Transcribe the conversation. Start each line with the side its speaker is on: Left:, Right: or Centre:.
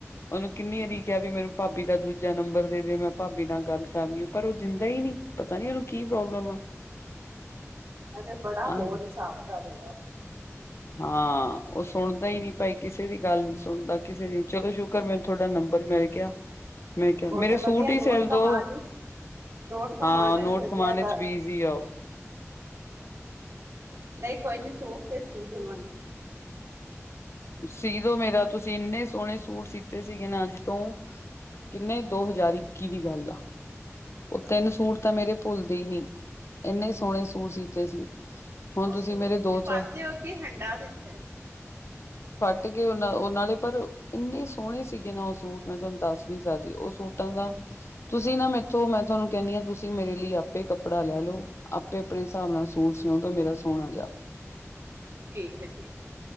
Left: ਓਹਨੂੰ ਕਿੰਨੀ ਆਰੀ ਕਿਹਾ ਮੈਨੂੰ ਭਾਬੀ ਦਾ ਦੂਜਾ ਨੰਬਰ ਦੇ ਦੇ। ਮੈਂ ਭਾਬੀ ਨਾਲ ਗੱਲ ਕਰਨੀ ਆ। ਪਰ ਉਹ ਦਿੰਦਾ ਹੀ ਨੀ ਪਤਾ ਨੀ ਨੂੰ ਕੀ ਪ੍ਰੋਬਲਮ ਆ?
Right: ਅਜੇ ਬੜਾ ਹੋਰ
Left: ਆ
Right: ਹਿਸਾਬ ਦਾ ਵੈ।
Left: ਹਾਂ, ਉਹ ਸੁਣਦਾ ਹੀ ਨਹੀਂ ਭਾਈ ਕਿਸੇ ਦੀ ਗੱਲ ਨੀ ਸੁਣਦਾ। ਕਿਸੇ ਦੀ। ਚਲੋ ਸ਼ੁਕਰ ਮੈਨੂੰ ਤੁਹਾਡਾ ਨੰਬਰ ਮਿਲ ਗਿਆ। ਮੈਂ ਕਿਹਾ
Right: ਉਹ
Left: ਮੇਰੇ
Right: ਤੇ ਵਧੀਆ
Left: ਸੂਟ
Right: ਨੋਟ
Left: ਹੀ ਸਿਲ
Right: ਕਮਾਨ
Left: ਦੋ।
Right: ਵਿਚ ਨੋਟ ਕਮਾਨ
Left: ਹਾਂ, ਨੋਟ
Right: ਚ ਲੱਗਿਆ
Left: ਕਮਾਣੇ ਚ
Right: ਦਾ
Left: ਬੀਜੀ ਆ ਉਹ।
Right: ਨਹੀਂ ਕੋਈ ਨੀ ਸੂਟ ਤੇ ਸੀ ਦੇਵਾਂਗੀ।
Left: ਸੀਦੋ ਮੇਰਾ ਤੁਸੀਂ ਇੰਨੇ ਸੋਹਣੇ ਸੂਟ ਸੀਤੇ ਸੀਗੇ ਨਾ ਅੱਜ ਤੋਂ ਕਿੰਨੇ ਦੋ ਹਜ਼ਾਰ ਇੱਕੀ ਦੀ ਗੱਲ ਆ ਉਹ ਤਿੰਨ ਸੂਟ ਤਾਂ ਮੇਰੇ ਭੁੱਲਦੇ ਹੀ ਨਹੀਂ। ਇੰਨੇ ਸੋਹਣੇ ਸੂਟ ਸੀਤੇ ਸੀ। ਹੁਣ
Right: ਉਹ ਸੂਟ
Left: ਮੇਰੇ
Right: ਤੁਸੀਂ
Left: ਦੋ ਚਾਰ
Right: ਪਾਉਂਦੇ ਹੋ ਕਿ ਹੰਡਾ ਦਿੱਤਾ ਨੇ।
Left: ਕੱਟ ਗਏ ਉਹ ਉਹੇ ਪਰ ਇੰਨੇ ਸੋਹਣੇ ਸੀਗੇ ਨਾ ਉਹ ਸੂਟ ਮੈਂ ਤੁਹਾਨੂੰ ਦੱਸ ਨੀ ਸਕਦੀ। ਉਹ ਸੂਟਾਂ ਦਾ ਤੁਸੀਂ ਨਾ ਮੇ ਮੈਂ ਤੁਹਾਨੂੰ ਕਹਿੰਨੀ ਹਾਂ ਤੁਸੀਂ ਮੇਰੇ ਲਈ ਆਪੇ ਕੱਪੜਾ ਲੈ ਲੌ ਆਪੇ ਆਪਣੇ ਹਿਸਾਬ ਨਾਲ ਸੂਟ ਸੀਓ ਮੇਰਾ ਸੋਹਣਾ ਜਿਹਾ।
Right: ਠੀਕ ਐ, ਠੀਕ ਐ।